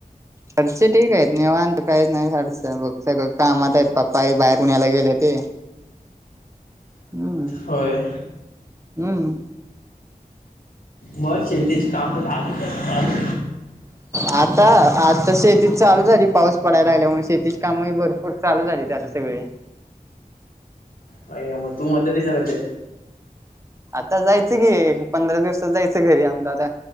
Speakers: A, on the right; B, on the left.
A: घरचे ठीक आहेत निेवाांत काहीच नाही <unintelligible> बग सगळं कामात आहेत पप्पा आई बाहेर पुण्याला गेले ते हम्म
B: होय
A: हम्म
B: मग शेतीची काम झाली क चालू
A: आता आता शेती चालू झाली पाऊस पडायला लागल्यामुळे शेतीची कामही भरपूर चालू झाली ते आता सगळी ले
B: नाही मग तू मदतीला
A: आता जायचं की पंधरा दिवसात जायचं घरी आपलं आता